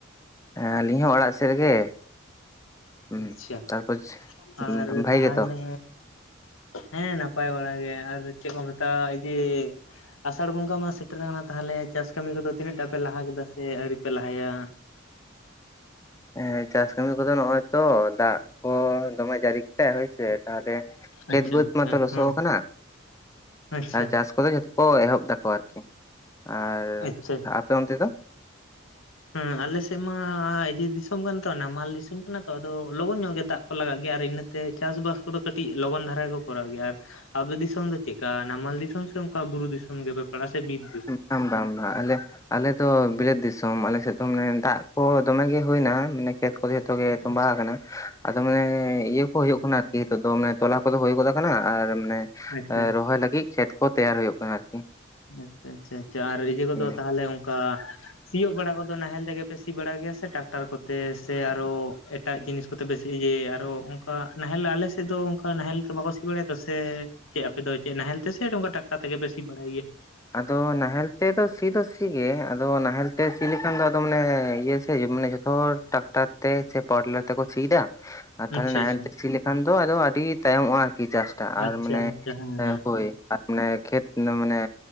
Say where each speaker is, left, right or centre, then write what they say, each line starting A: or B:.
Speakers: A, on the left; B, on the left.
A: ᱦᱮᱸ ᱟᱹᱞᱤᱧ ᱦᱚᱸ ᱚᱲᱟᱜ ᱥᱮᱫ ᱨᱮᱜᱮ ᱦᱩᱸ
B: ᱟᱪᱪᱷᱟ
A: ᱛᱟᱨᱯᱚᱨ
B: ᱟᱨ
A: ᱵᱷᱟᱭ
B: ᱛᱟᱦᱚᱞᱮ
A: ᱜᱮᱛᱚ
B: ᱦᱮᱸ ᱱᱟᱯᱟᱭ ᱵᱟᱲᱟ ᱜᱮ ᱟᱨ ᱪᱮᱫ ᱠᱚ ᱢᱮᱛᱟᱜᱼᱟ ᱡᱮ᱾ ᱟᱥᱟᱲ ᱵᱚᱸᱜᱟ ᱢᱟ ᱥᱮᱴᱮᱨ ᱟᱠᱟᱱᱟ ᱛᱟᱦᱚᱞᱮ ᱪᱟᱥ ᱠᱟᱹᱢᱤ ᱠᱚᱫᱚ ᱛᱤᱱᱟᱹᱜ ᱴᱟ ᱯᱮ ᱞᱟᱦᱟ ᱠᱮᱫᱟ ᱥᱮ ᱟᱹᱣᱨᱤ ᱯᱮ ᱞᱟᱦᱟᱭᱟ᱾
A: ᱦᱮᱸ ᱪᱟᱥ ᱠᱟᱹᱢᱤ ᱠᱚᱫᱚ ᱱᱚᱜᱼᱚᱭ ᱛᱚ ᱫᱟᱜ ᱠᱚ ᱫᱚᱢᱮ ᱡᱟᱹᱨᱤ ᱠᱮᱫᱛᱟᱭ ᱦᱳᱭᱥᱮ ᱛᱟᱦᱚᱞᱮ ᱠᱷᱮᱛ
B: ᱟᱪᱪᱷᱟ
A: ᱵᱟᱹᱫᱽ
B: ᱟᱪᱪᱷᱟ
A: ᱢᱟᱛᱚ ᱞᱚᱥᱚᱜ
B: ᱦᱮᱸ
A: ᱠᱟᱱᱟ
B: ᱟᱪᱪᱷᱟ
A: ᱦ ᱪᱟᱥ ᱠᱚᱫᱚ ᱡᱚᱛᱚ ᱠᱚ ᱮᱦᱚᱵ ᱮᱫᱟᱠᱚ ᱟᱨᱠᱤ ᱟᱨ
B: ᱟᱪᱪᱷᱟ
A: ᱟᱯᱮ ᱚᱱᱛᱮ ᱫᱚ
B: ᱦᱮᱸ ᱟᱞᱮᱥᱮᱫ ᱢᱟ ᱡᱮ ᱫᱤᱥᱚᱢ ᱠᱟᱱ ᱛᱚ ᱱᱟᱢᱟᱞ ᱫᱤᱥᱚᱢ ᱠᱟᱱᱟ ᱛᱚ ᱟᱫᱚ ᱞᱚᱜᱚᱱ ᱧᱚᱜ ᱜᱮ ᱫᱟᱜ ᱠᱚ ᱞᱟᱜᱟᱜ ᱜᱮᱭᱟ ᱟᱨ ᱤᱱᱟᱹ ᱛᱮ ᱪᱟᱥᱵᱟᱥ ᱠᱚᱫᱚ ᱠᱟᱹᱴᱤᱡ ᱞᱚᱜᱚᱱ ᱫᱷᱟᱨᱟ ᱜᱮ ᱠᱚ ᱠᱚᱨᱟᱣ ᱜᱮᱭᱟ ᱟᱨ ᱟᱵᱮ ᱫᱤᱥᱚᱢ ᱫᱚ ᱪᱮᱫᱠᱟ ᱱᱟᱢᱟᱞ ᱫᱤᱥᱚᱢ ᱥᱮ ᱚᱱᱠᱟ ᱵᱩᱨᱩ ᱫᱤᱥᱚᱢ ᱜᱮᱯᱮ ᱯᱟᱲᱟᱜᱼᱟ ᱥᱮ ᱵᱤᱨ <inaudible>
A: <unintelligible> ᱟᱢ ᱵᱟᱝ ᱵᱟᱝ ᱟᱞᱮ ᱟᱞᱮᱫᱚ ᱵᱤᱨᱟᱹᱛ ᱫᱤᱥᱚᱢ ᱟᱞᱮᱥᱮᱫ ᱫᱚ ᱢᱟᱱᱮ ᱫᱟᱜ ᱠᱚ ᱫᱚᱢᱮᱜ ᱜᱮ ᱦᱩᱭᱱᱟ ᱢᱟᱱᱮ ᱠᱷᱮᱛ ᱠᱚᱫᱚ ᱡᱷᱚᱛᱚ ᱜᱮ ᱛᱩᱢᱵᱟ
B: ᱟᱪᱪᱷᱟ
A: ᱟᱠᱟᱱᱟ ᱟᱫᱚ ᱢᱟᱱᱮ ᱤᱭᱟᱹ ᱠᱚ ᱦᱩᱭᱩᱜ ᱠᱟᱱᱟ ᱡᱮᱤᱛᱚᱜ ᱫᱚ ᱢᱟᱱᱮ ᱛᱚᱞᱟ ᱠᱚᱫᱚ ᱦᱩᱭ ᱜᱚᱫ ᱟᱠᱟᱱᱟ ᱟᱨ ᱢᱟᱱᱮ
B: ᱟᱪᱪᱷᱟ
A: ᱨᱚᱦᱚᱭ ᱞᱟᱹᱜᱤᱫ ᱠᱷᱮᱛ ᱠᱚ ᱛᱮᱭᱟᱨ ᱦᱩᱭᱩᱜ ᱠᱟᱱᱟ ᱟᱨᱠᱤ
B: ᱟᱪᱪᱷᱟ ᱟᱪᱪᱷᱟ ᱟᱪᱪᱷᱟ ᱟᱨ ᱤᱭᱟᱹᱤᱭᱟᱹ ᱠᱚᱫᱚ
A: ᱦᱩᱸ
B: ᱛᱟᱦᱚᱞᱮ ᱚᱱᱠᱟ ᱥᱤᱭᱳᱜ ᱵᱟᱲᱟ ᱠᱚᱫᱚ ᱱᱟᱦᱮᱞ ᱛᱮᱜᱮ ᱯᱮ ᱥᱤ ᱵᱟᱲᱟ ᱜᱮᱭᱟ ᱥᱮ ᱴᱟᱠᱴᱟᱨ ᱠᱚᱛᱮ ᱥᱮ ᱟᱨᱚ ᱮᱴᱟᱜ ᱡᱤᱱᱤᱥ ᱠᱚᱛᱮ ᱵᱮᱥᱤ ᱡᱮ ᱟᱨᱚ ᱚᱱᱠᱟ ᱱᱟᱦᱮᱞ ᱟᱞᱮᱥᱮᱫ ᱫᱚ ᱚᱱᱠᱟ ᱱᱟᱦᱮᱞ ᱫᱚ ᱵᱟᱠᱚ ᱥᱤ ᱵᱟᱲᱟᱭᱟ ᱛᱚ ᱥᱮ ᱪᱮᱫ ᱟᱯᱮ ᱫᱚ ᱪᱮᱫ ᱱᱟᱦᱮᱞ ᱛᱮ ᱥᱮ ᱱᱚᱠᱟ ᱴᱟᱴᱟ ᱛᱮᱜᱮ ᱵᱮᱥᱤ ᱵᱟᱲᱟᱭ ᱜᱮᱭᱟ
A: ᱟᱫᱚ ᱱᱟᱦᱮᱞ ᱛᱮ ᱫᱚ ᱥᱤ ᱫᱚ ᱥᱤ ᱜᱮ ᱟᱫᱚ ᱱᱟᱦᱮᱞ ᱛᱮ ᱥᱤ ᱞᱮᱱᱠᱷᱟᱱ ᱫᱚ ᱢᱟᱱᱮ ᱤᱭᱟᱹ ᱡᱚᱛᱚ ᱴᱨᱟᱠᱴᱟᱨ ᱛᱮ ᱥᱮ ᱯᱮᱞᱟᱨ ᱛᱮᱠᱚ ᱥᱤᱟ ᱟᱨ ᱛᱟᱦᱚᱞᱮ
B: ᱟᱪᱪᱷᱟ
A: ᱱᱟᱦᱮᱞ
B: ᱟᱪᱪᱷᱟ
A: ᱛᱮ ᱥᱤ ᱞᱮᱠᱷᱟᱱ ᱫᱚ ᱟᱫᱚ ᱟᱹᱰᱤ ᱛᱟᱭᱚᱢᱚᱜᱼᱟ ᱟᱨᱠᱤ ᱪᱟᱥᱴᱟ ᱟᱨ
B: ᱟᱪᱪᱷᱟ
A: ᱢᱟᱱᱮ
B: ᱟᱪᱪᱷᱟ ᱦᱮᱸ
A: ᱦᱟᱯᱳᱭ ᱟᱨ ᱢᱟᱱᱮ ᱠᱷᱮᱛ ᱢᱟᱱᱮ